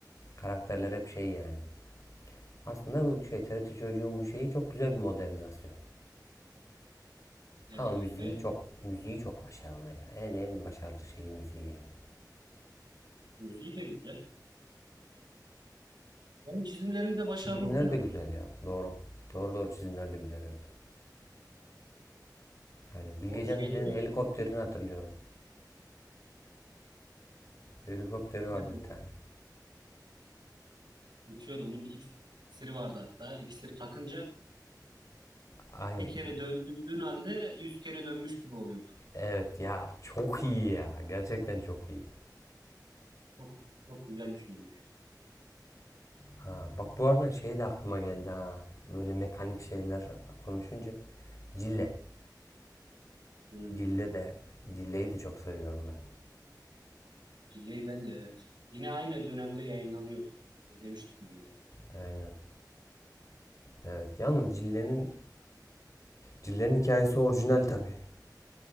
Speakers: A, on the left (about 45°); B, on the right (about 80°).
A: Karakterler
B: hı.
A: hep şey yani. Aslında bu şey TRT çocuğun bu şeyi çok güzel bir modernizasyon.
B: evet
A: Ama müziği
B: evet. evet.
A: çok müziği çok başarılı ya. En en başarılı şeyi müziği yani.
B: Müziği de güzel. Ben çizimlerini de başarılı
A: Çizimler
B: buluyorum.
A: de güzel ya. Doğru. Doğru doğru çizimler de güzel evet. Aynen. Bilgecan
B: O şeyleri
A: dedenin helikopterini hatırlıyorum. Helikopteri vardı
B: o
A: bir tane.
B: uçuyordu. Onun bir iksiri vardı hatta. İksiri takınca
A: Aynen.
B: bir kere döndüğün halde yüz kere dönmüş gibi oluyordu.
A: Evet ya çok iyi ya. Gerçekten çok iyi.
B: Çok, çok güzel düşünmüş.
A: Ha, bak bu arada şey de aklıma geldi ha. Böyle mekanik şeyler konuşunca. Cille.
B: Hmm.
A: Cille de. Cille'yi de çok seviyorum ben.
B: Cilleyi ben de evet. Yine aynı dönemde yayınlanıyordu. İzlemiştim onu da.
A: Aynen. Evet. Yalnız Cille'nin Cille'nin hikayesi orijinal tabii.